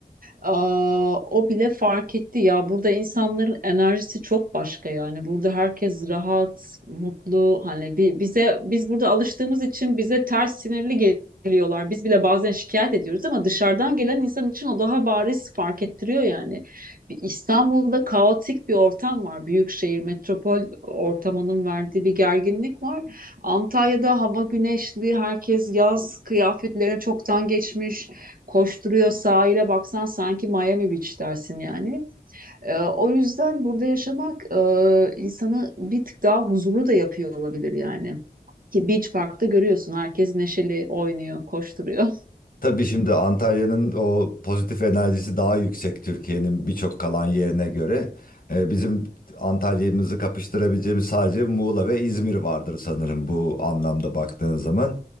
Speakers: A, on the right; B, on the left.
A: Aa, o bile fark etti ya. Burada insanların enerjisi çok başka yani. Burada herkes rahat, mutlu. Hani bi- bize biz burada alıştığımız için bize ters sinirli geliyorlar. Biz bile bazen şikayet ediyoruz ama dışarıdan gelen insan için o daha bariz fark ettiriyor yani. Bir İstanbul'da kaotik bir ortam var. Büyük şehir, metropol ortamının verdiği bir gerginlik var. Antalya'da hava güneşli, herkes yaz kıyafetlerine çoktan geçmiş, koşturuyor sahile baksan sanki Miami Beach dersin yani. Ee, o yüzden burada yaşamak e, insanı bir tık daha huzurlu da yapıyor olabilir yani. Ki Beach Park'ta görüyorsun herkes neşeli oynuyor, koşturuyor. <laughs>
B: Tabii şimdi Antalya'nın o pozitif enerjisi daha yüksek Türkiye'nin birçok kalan yerine göre. Ee, bizim Antalya'mızı kapıştırabileceğimiz sadece Muğla ve İzmir vardır sanırım bu anlamda baktığın zaman.